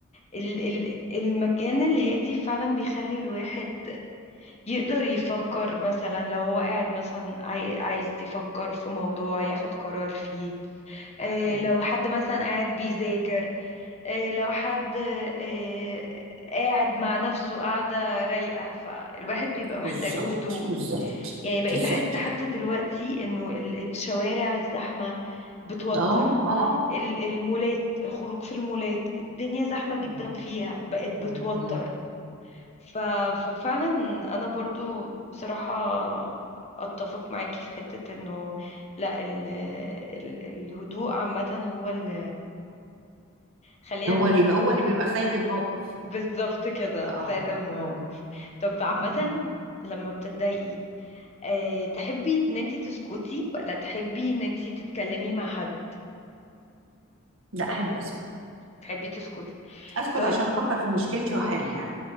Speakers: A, on the left (about 35°); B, on the right (about 75°).
A: ال ال المكان الهادي فعلا بيخلي الواحد يقدر يفكر مثلا لو هو قاعد مثلا عاي عايز يفكر في موضوع ياخد قرار فيه آه
B: مم.
A: لو حد مثلا قاعد بيذاكر آه لو حد آه قاعد مع نفسه قاعدة رايقة فالواحد بيبقى
B: بالظبط
A: محتاج هدوء
B: بالظبط
A: يعني بقيت
B: بالظبط
A: احس حتى
B: كده
A: دلوقتي انه ال- الشوارع الزحمة بتوتر
B: اهو اه
A: ال- المولات الخروج في المولات الدنيا زحمة جدا
B: مم.
A: فيها بقت بتوتر
B: مم.
A: ف... ففعلا انا برضو بصراحة اتفق معاكي في حتة انه لا ال... ال... الهدوء عامة هو ال... خلينا
B: هو
A: نقول
B: اللي هو اللي بيبقى سيد الموقف
A: بالظبط كده
B: اه
A: سيد الموقف
B: مم.
A: طب عامة
B: مم.
A: لما بتتضايقي أه تحبي ان انتي تسكتي ولا تحبي ان انتي تتكلمي مع حد
B: لا احب اسكت
A: تحبي تسكتي
B: اسكت
A: طيب
B: عشان افكر في مشكلتي واحلها